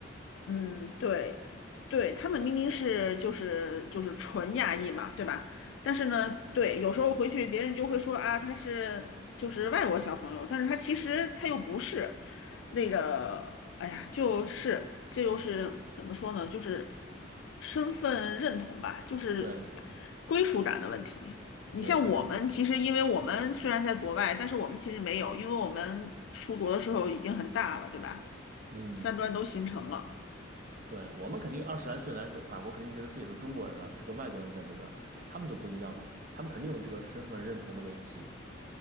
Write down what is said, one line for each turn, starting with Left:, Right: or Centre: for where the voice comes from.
Left: 嗯，对，对，他们明明是就是就是纯亚裔嘛，对吧？但是呢，对，有时候回去别人就会说啊，他是就是外国小朋友，但是他其实他又不是那个，哎呀，就是这就是怎么说呢，就是身份认同吧，就是
Right: 对
Left: 归属感的问题。你像我们，
Right: 对，归属，
Left: 其实因为我们虽然在国外，但是我们其实没有，因为我们出国的时候已经很大了，对吧？
Right: 嗯。
Left: 三观都形成了。
Right: 对，我们肯定二十来岁来个法国，肯定觉得自己是中国人了，是个外国人在这边儿他们就不一样了，他们肯定有这个身份认同的危机。